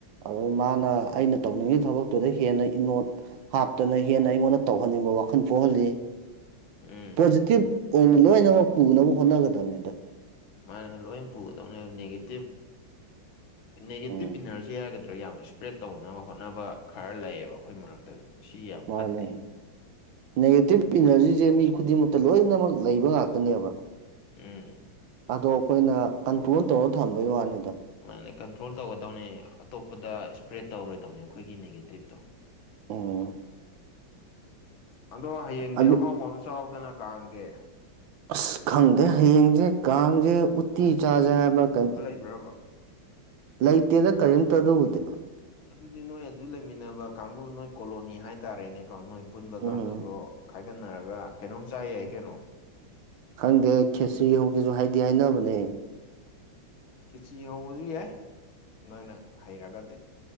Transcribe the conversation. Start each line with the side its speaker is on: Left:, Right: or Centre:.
Right: ꯑꯗꯩ ꯃꯥꯅ ꯑꯩꯅ ꯇꯧꯅꯤꯡꯉꯤ ꯊꯕꯛꯇꯨꯗ ꯍꯦꯟꯅ ꯏꯅꯣꯠ ꯍꯥꯞꯇꯅ ꯍꯦꯟꯅ ꯑꯩꯉꯣꯟꯗ ꯇꯧꯍꯟꯅꯤꯡꯕ ꯋꯥꯈꯜ ꯄꯣꯛꯍꯜꯂꯤ
Left: ꯎꯝ
Right: ꯄꯣꯖꯤꯇꯤꯕ ꯑꯣꯏꯅ ꯂꯣꯏꯅꯃꯛ ꯄꯨꯅꯕ ꯍꯣꯠꯅꯒꯗꯕꯅꯤꯗ
Left: ꯃꯥꯅꯦ ꯂꯣꯏ ꯄꯨꯒꯗꯕꯅꯦ ꯅꯦꯒꯦꯇꯤꯞ ꯅꯦꯒꯦꯇꯤꯞ
Right: ꯎꯝ
Left: ꯏꯅꯔꯖꯤ ꯍꯥꯏꯒꯗ꯭ꯔꯥ ꯌꯥꯝ ꯁꯄ꯭ꯔꯦꯠ ꯇꯧꯅꯕ ꯍꯣꯠꯅꯕ ꯈꯔ ꯂꯩꯌꯦꯕ ꯑꯩꯈꯣꯏ ꯃꯔꯛꯇꯁꯨ ꯁꯤ ꯌꯥꯝ
Right: ꯃꯥꯅꯦ
Left: ꯐꯠꯇꯦ
Right: ꯅꯦꯒꯦꯇꯤꯞ ꯏꯅꯔꯖꯤꯁꯦ ꯃꯤ ꯈꯨꯗꯤꯡꯃꯛꯇ ꯂꯣꯏꯅꯃꯛ ꯂꯩꯕ ꯉꯥꯛꯇꯅꯦꯕ
Left: ꯎꯝ
Right: ꯑꯗꯣ ꯑꯩꯈꯣꯏꯅ ꯀꯟꯇ꯭ꯔꯣꯜ ꯇꯧꯔ ꯊꯝꯕꯒꯤ ꯋꯥꯅꯤꯗ
Left: ꯃꯥꯟꯅꯦ ꯀꯟꯇ꯭ꯔꯣꯜ ꯇꯧꯒꯗꯧꯅꯦ ꯑꯇꯣꯞꯄꯗ ꯁꯄ꯭ꯔꯦꯠ ꯇꯧꯔꯣꯏꯗꯧꯅꯦ ꯑꯩꯈꯣꯏꯒꯤ ꯅꯦꯒꯦꯇꯤꯞꯇꯣ
Right: ꯑꯣ
Left: ꯑꯗꯣ ꯍꯌꯦꯡꯗꯤ
Right: ꯑꯗꯨ
Left: ꯑꯍꯥꯎꯕ ꯑꯃ ꯆꯥꯎꯗꯅ ꯀꯥꯡꯒꯦ
Right: ꯑꯁ ꯈꯪꯗꯦ ꯍꯌꯦꯡꯁꯦ ꯀꯥꯡꯁꯦ ꯎꯠꯇꯤ ꯆꯥꯖꯦ ꯍꯥꯏꯕꯔ ꯀꯩꯅꯣ
Left: ꯕ꯭ꯔꯣꯕꯣ <unintelligible>
Right: ꯂꯩꯇꯦꯗ ꯀꯔꯤꯝꯇ ꯑꯗꯨꯕꯨꯗꯤ
Left: ꯑꯗꯨꯗꯤ ꯅꯣꯏ ꯑꯗꯨ ꯂꯩꯃꯤꯟꯅꯕ ꯀꯥꯡꯒꯨ ꯅꯣꯏ ꯀꯣꯂꯣꯅꯤ ꯍꯥꯏꯇꯥꯔꯦꯅꯦꯀꯣ ꯅꯣꯏ ꯄꯨꯟꯕ
Right: ꯎꯝ
Left: ꯀꯥꯡꯕꯨꯗꯣ ꯈꯥꯏꯒꯠꯅꯔꯒ ꯀꯩꯅꯣꯝ ꯆꯥꯏꯌꯥꯏ ꯀꯩꯅꯣ
Right: ꯈꯪꯗꯦ ꯈꯦꯆ꯭ꯔꯤ ꯍꯧꯖꯦꯁꯨ ꯍꯥꯏꯗꯤ ꯍꯥꯏꯅꯕꯅꯦ
Left: ꯀꯦꯆ꯭ꯔꯤ ꯍꯧꯕꯁꯨ ꯌꯥꯏ ꯅꯣꯏꯅ ꯍꯩꯔꯒꯗꯤ